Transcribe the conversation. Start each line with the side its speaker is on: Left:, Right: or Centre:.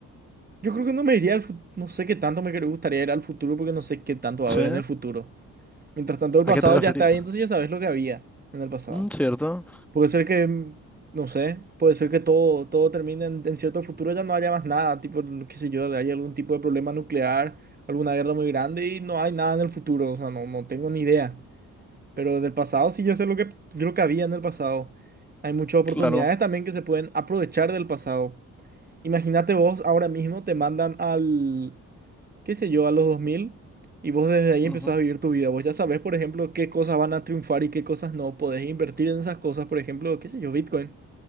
Right: Yo creo que no me iría al futuro, no sé qué tanto me gustaría ir al futuro porque no sé qué tanto va
Centre: Sí.
Right: a haber en el futuro. Mientras tanto, el
Centre: ¿A
Right: pasado
Centre: qué te referías?
Right: ya está ahí, entonces ya sabes lo que había en el pasado.
Centre: Mm, cierto,
Right: Puede ser que, mm, no sé, puede ser que todo, todo termine en, en cierto futuro, ya no haya más nada, tipo, qué sé yo, hay algún tipo de problema nuclear, alguna guerra muy grande y no hay nada en el futuro, o sea, no, no tengo ni idea. Pero del pasado sí yo sé lo que, lo que había en el pasado. Hay muchas oportunidades
Centre: claro,
Right: también que se pueden aprovechar del pasado. Imagínate vos ahora mismo te mandan al, qué sé yo, a los 2000 y vos desde ahí
Centre: ujú,
Right: empezás a vivir tu vida. Vos ya sabés, por ejemplo, qué cosas van a triunfar y qué cosas no. Podés invertir en esas cosas, por ejemplo, qué sé yo, Bitcoin.